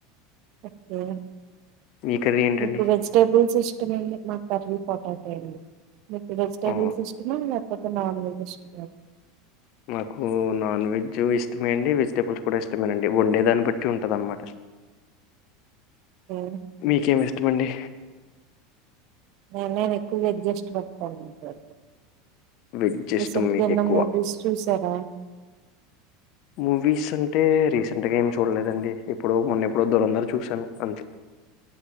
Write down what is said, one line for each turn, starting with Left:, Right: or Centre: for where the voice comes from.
Right: ఓకే
Left: మీ కర్రీ ఏంటండి
Right: మీకు వెజిటబుల్స్ ఇష్ <unintelligible> మా కర్రీ పొటాటో అండి మీకు వెజిటేబుల్స్
Left: ఓ
Right: ఇష్టమా లేక నాన్ వెజ్ ఇష్టమా
Left: నాకు నాన్ వెెజ్ ఇస్ ఇష్టమేండి వెజిటేబుల్స్ కూడా ఇష్టమేనండి వండే దాన్ని బట్టి ఉంటాది అన్నమాట
Right: ఏ-
Left: మీకేమి ఇష్టమండి
Right: నేను నేను ఎక్కువ వేజ్ ఇష్టపడతాను
Left: వెజ్ ఇష్టం
Right: రీసెంట్గా
Left: మీకు
Right: ఏమన్నా
Left: ఎక్కువ
Right: మూవీస్ చూసారా
Left: మూవీస్ అంటే రీసెంట్గా ఏం చూడలేదండి ఇప్పుడు మొన్న ఎప్పుడో దూరంధర్ చూశాను అంతే